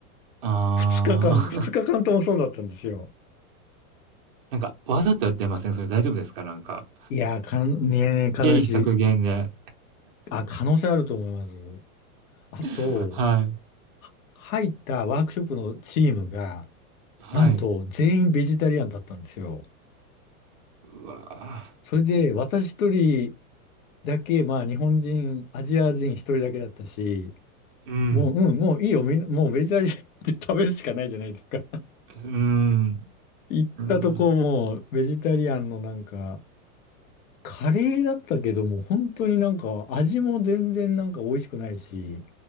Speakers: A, on the right (about 40°); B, on the left (about 65°).
A: ああ、
B: 2日間、2日間ともそうだったんですよ。
A: <laughs> なんかわざとやってません？それ大丈夫ですか？なんか、
B: いやー、かん、ねえ、悲しい。
A: 経費削減で。
B: あ、可能性あると思います。あと、
A: <laughs> はい、
B: は入ったワークショップのチームが、
A: はい。
B: なんと全員ベジタリアンだったんですよ。
A: うわあ、
B: それで私一人だけ、まあ日本人、アジア人一人だけだったし、
A: うん。
B: もう、うん、もういいよ、みんな、もうベジタリアンで食べるしかないじゃないですか。<laughs>
A: うん、
B: 行ったとこもうベジタリアンのなんか、
A: うん。
B: カレーだったけども、本当になんか味も全然なんか美味しくないし、